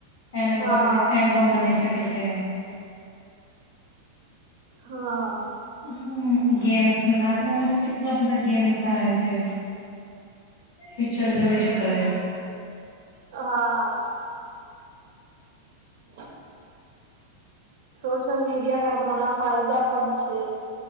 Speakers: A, on the left (about 80°); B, on the right (about 55°).
A: એલ
B: હા
A: આપણને એલ્બમ બનાવી શકે છે.
B: હા...
A: હમ્મ, ગેમ્સ ના મમે તો કેટલા બધા ગેમ્સ આવે છે. પિક્ચર જોવી શકાય
B: હા. <inaudible> સોશિયલ મીડિયા ના ઘણા ફાયદા પણ છે.